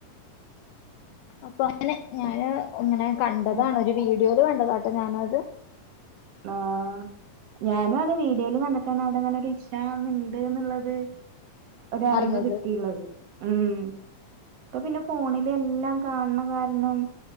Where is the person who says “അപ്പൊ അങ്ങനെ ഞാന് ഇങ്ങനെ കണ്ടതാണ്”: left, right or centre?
Left